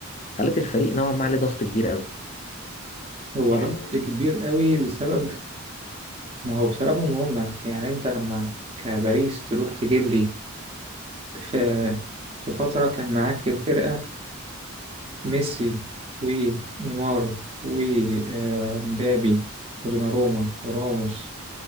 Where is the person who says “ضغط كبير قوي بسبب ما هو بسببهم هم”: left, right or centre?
Right